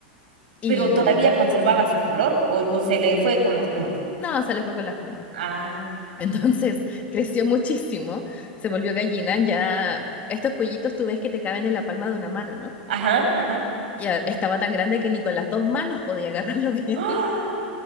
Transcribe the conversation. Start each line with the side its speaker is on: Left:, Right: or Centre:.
Left: Y
Right: Pero todavía conservaba su color o, o se le fue con las plumas.
Left: no, se le fue con las plumas.
Right: ah,
Left: Entonces <laughs> creció muchísimo, se volvió gallina, ya estos pollitos tú ves que te caben en la palma de una mano, ¿no?
Right: Ajá, ajá.
Left: Ya estaba tan grande que ni con las dos manos podía agarrarlo <laughs> bien.
Right: ¡Ah!